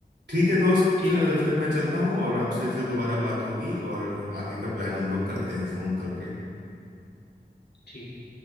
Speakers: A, on the right (about 85°); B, on the left (about 75°).
A: ठीक है दोस्त
B: ठीक
A: अ,
B: है फिर
A: फिर मैं चलता हूँ और आपसे फिर दोबारा बात होगी और आगे का प्लान हम लोग करते हैं फोन करके
B: ठीक है